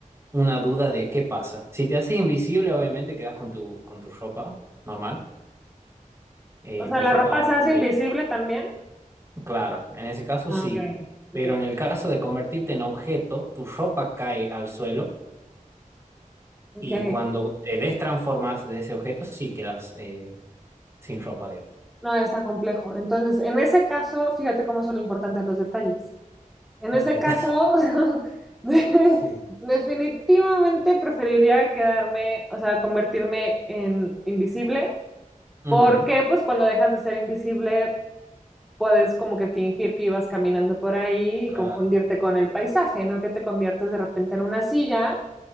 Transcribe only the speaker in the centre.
O sea,
la
ropa
se hace invisible también.
Ah,
ok.
Ok.
Ok.
No, está complejo. Entonces, en ese caso, fíjate cómo son importantes los detalles. En
ese
caso,
<laughs> de-
definitivamente preferiría quedarme, o sea, convertirme en invisible,
porque pues cuando dejas de ser invisible puedes como que fingir que ibas caminando por ahí y
confundirte con el paisaje, ¿no? Que te conviertes de repente en una silla